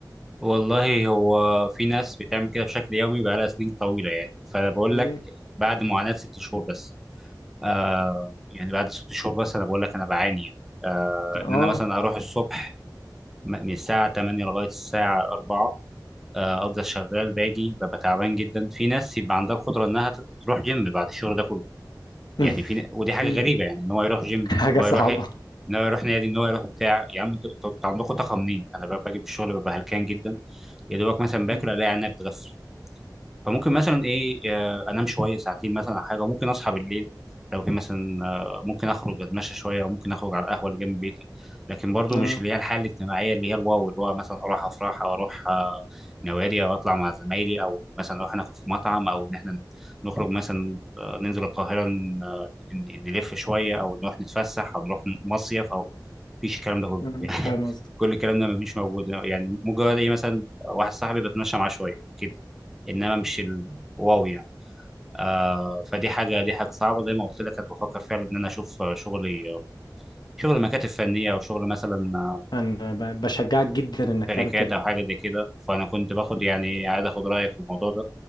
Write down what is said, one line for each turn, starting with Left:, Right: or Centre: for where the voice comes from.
Centre: والله هو في ناس بتعمل كده بشكل يومي بقالها سنين طويله يعني فانا بقول
Left: مم.
Centre: لك بعد معاناه ست شهور بس آه يعني بعد ست شهور بس انا بقول لك انا بعاني يعني. آه
Left: اه
Centre: ان انا مثلا اروح الصبح م- من الساعه 8 لغايه الساعه 4 آه، افضل شغال باجي ببقى تعبان جدا في ناس يبقى عندها القدره انها ت- تروح جيم بعد الشغل ده كله
Left: <laughs>
Centre: يعني في ن- ودي حاجه
Left: مم.
Centre: غريبه يعني ان هو يروح جيم ان
Left: حاجة
Centre: هو
Left: صعبة
Centre: يروح إيه؟ ان هو يروح نادي ان هو يروح بتاع يا عم انتوا انتوا- انتوا عندكم طاقه منين انا ب- باجي من الشغل ببقى هلكان جدا يا دوبك مثلا باكل
Left: مم.
Centre: الاقي عينيا بتغفل فممكن مثلا ايه آه، انام شويه ساعتين مثلا او حاجه وممكن اصحى بالليل لو في مثلا آه، ممكن اخرج اتمشى شويه وممكن اخرج على القهوه اللي جنب بيتي لكن برضو مش
Left: اه
Centre: اللي هي الحاله الاجتماعيه اللي هي الواو اللي هو مثلا اروح افراح او اروح آه، نوادي او اطلع مع زمايلي او مثلا نروح ناكل في مطعم او ان احنا نخرج مثلا آه، ننزل القاهره ن- آه، ن- نلف شويه او نروح نتفسح او نروح مصيف او مفيش الكلام ده كله
Left: آه.
Centre: <laughs>
Left: فاهم
Centre: يعني
Left: قصدك
Centre: كل الكلام ده مفيش موجود يعني مجرد ايه مثلا واحد صاحبي بتمشى معاه شويه كده انما مش الواو يعني آه فدي حاجه دي حاجه صعبه زي ما قلت لك انا بفكر فعلا ان انا اشوف آه، شغلي آه، شغل مكاتب فنيه او شغل مثلا آه،
Left: انا ب- بشجعك جدا انك
Centre: شركات
Left: تعمل كده
Centre: او حاجه زي كده فانا كنت باخد يعني عايز اخد رايك في الموضوع ده